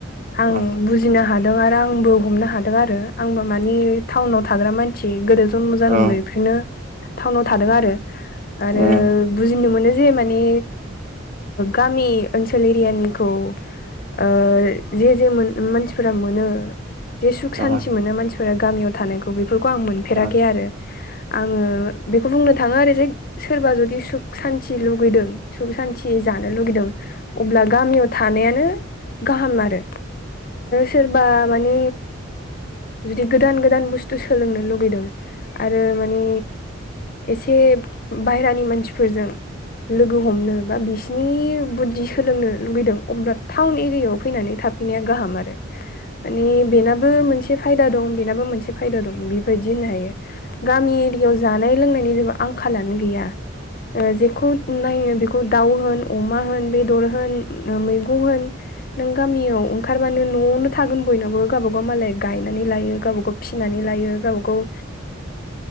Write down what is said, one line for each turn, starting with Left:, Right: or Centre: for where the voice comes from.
Left: आं
Right: अ
Left: बुजिनो हादों आरो आंबो हमनो हादों आरो आंबो मानि टाउनाव थाग्रा मानसि गोदो जम जानाय
Right: अ
Left: बेनो टाउनाव थादों आरो आरो
Right: अ
Left: बुजिनो मोन नो जे माने गामि ओनसोल एरियानिखौ ओ जे जे मानसिफोरा मोनो जे सुख सान्ति
Right: अ
Left: मोनो मानसिफोरा गामियाव थानायखौ बेफोरखौ आं मोनफेराखै
Right: अ
Left: आरो आङो बेखौ बुंनो थाङो आरो जे सोरबा जुदि सुख सान्ति लुगैदों सुख सान्ति जानो लुुबैदों अब्ला गामियाव थानायानो गाहाम आरो सोरबा माने जुदि गोदान गोदान बुस्थु सोलोंनो लुगैदों आरो माने एसे बायेरानि मानसिफोरजों लोगो हमनो बा बिसिनि बुद्धि सोलोंनो लुगैदों अब्ला टाउन एरियायाव फैनानै थाब खिनिया गाहाम आरो माने बेनाबो मोनसे फायदा दं बेनाबो मोनसे फायदा दं बेबायदि होननो हायो गामि एरियायाव जानाय लोंनायनि जेबो आंखालानो गैया जे नायो बेखौ दाउ होन अमा होन बेदर होन मैगं होन नों गामियाव ओंखारबानो न'आवनो थागोन बयनावबो गावबागाव मालाय गायनानै लायो गावबागाव फिसिनानै लायो गाव गाव